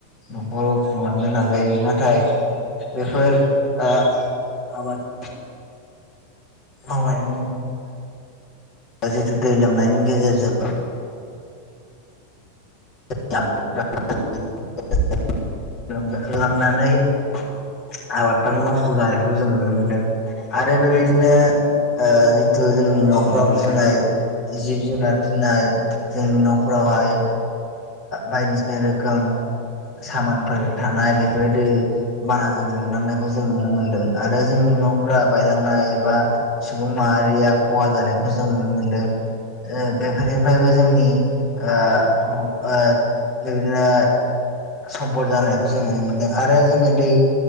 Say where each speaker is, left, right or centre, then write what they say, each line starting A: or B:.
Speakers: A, on the left; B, on the left.
A: न'खराव खुंलांनो नाजायो नाथाय बेफोर ओ आबाद मावनायनि ओ जितु दै लोमनायनि गेजेरजों <unintelligible> आबादफ्रानो नस्थ' जानायखौ जों नुनो मोनदों आरो बेबायदिनो जिथु जोंनि न'खराव
B: औ नंगौ नोंथां
A: फिसिनाय जिब जुनार फिननाय जोंनि न'फोररावहाय बायदिसिना रोखोम सामानफोर थानाय बेफोरदि बानाजों लोमलांनायखौ जों नुनो मोनदों आरो जोंनि न'फोरा बायलांनाय एबा सुबुं माहारिया खहा जानायखौ जों नुनो मोनदों बेफोरनिफ्रायबो जोंनिखौ बिबायदिनो सम्फद जानायखौ जों नुनो मोनदों आरो जोङो दै